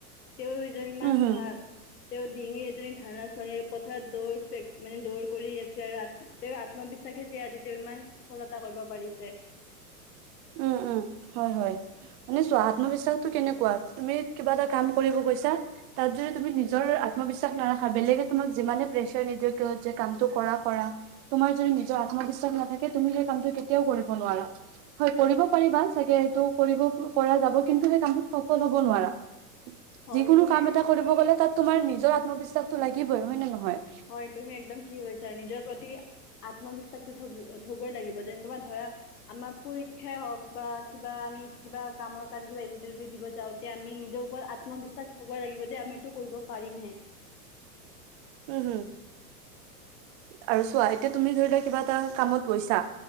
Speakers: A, on the left (about 80°); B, on the right (about 25°).
A: তেওঁজন ইমান
B: উম হম
A: ভাগ - তেওঁ ডিঙি এজনী ধাৰণা চলী পথাৰত দৌৰ মানে দৌৰ কৰি আছে আৰু। তেওঁৰ আত্মবিশ্বাসে যে আজি তেওঁ ইমান সফলতা কৰিব পাৰিছে।
B: উমঁ-উমঁ, হয়-হয়। শুনি চোৱা আত্মবিশ্বাসটো কেনেকুৱা তুমি কিবা এটা কাম কৰিব গৈছা- তা'ত যদি তুমি নিজৰ আত্মবিশ্বাস নাৰাখা বেলেগে তোমাক- যিমানে প্ৰেচাৰ নিদিয়ক কিয় যে কামটো কৰা-কৰা। তোমাৰ যদি নিজৰ আত্মবিশ্বাস নাথাকে তুমি সেই কামটো কেতিয়াও কৰিব নোৱাৰা। হয়, কৰিব পাৰিবা চাগে সেইটো কৰিব পৰা যাব কিন্তু সেই কামটোত সফল হ'ব নোৱাৰা।
A: হয়
B: যিকোনো
A: তুমি
B: কাম এটা কৰিব গ'লে তাত তোমাৰ নিজৰ আত্মবিশ্বাসটো লাগিবই, হয় নে নহয়?
A: হয় তুমি একদম ঠিকে কৈছা, নিজৰ প্ৰতি আত্মবিশ্বাসটো থ' থবই লাগিব, যেন তোমাৰ ধৰা আমাৰ পৰীক্ষাই হওঁক বা কিবা আমি কিবা কামৰ কাৰণে কিবা ইন্টাৰভিউ দিব যাওঁ তে আমি নিজৰ ওপৰত আত্মবিশ্বাস থব লাগিব যে আমি এইটো কৰিব পাৰিমহে।
B: উম হু আৰু চোৱা এতিয়া তুমি ধৰি লোৱা কিবা এটা কামত গৈছা।